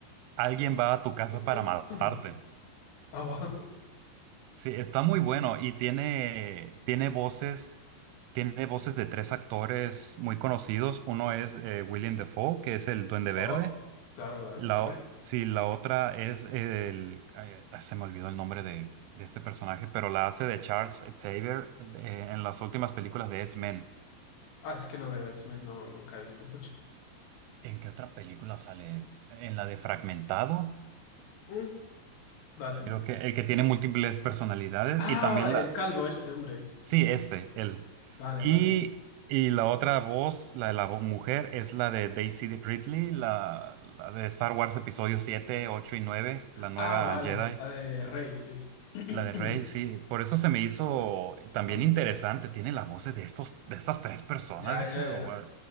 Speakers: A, on the right; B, on the left.
A: alguien va a tu casa
B: <clears throat>
A: para matarte.
B: Oh,
A: Sí, está muy bueno y tiene, tiene voces, tiene voces de tres actores muy conocidos. Uno es eh, William Dafoe, que es el
B: <laughs>
A: Duende Verde.
B: oh, claro, claro,
A: La,
B: hombre.
A: o- sí, la otra es el, ay, se me olvidó el nombre de, de este personaje, pero la hace de Charles Xavier eh, en las últimas películas de X-Men.
B: Ah, es que no veo X-Men, no, nunca he visto mucho.
A: ¿En qué otra película sale? En la de Fragmentado,
B: Mm, vale.
A: creo que el que tiene múltiples personalidades
B: Ah,
A: y también
B: el
A: la,
B: calvo este, hombre.
A: sí, este, él.
B: Vale,
A: Y,
B: vale.
A: y la otra voz, la de la vo- mujer, es la de Daisy Ridley, la, la de Star Wars episodio siete ocho y nueve la nueva
B: Ah, vale,
A: Jedi.
B: la de Rey, sí. <clears throat>
A: La de Rey, sí, por eso se me hizo también
B: Anda.
A: interesante. Tiene las voces de estos, de estas tres personas,
B: Ya,
A: dije,
B: ya,
A: "Oh,
B: ya.
A: wow".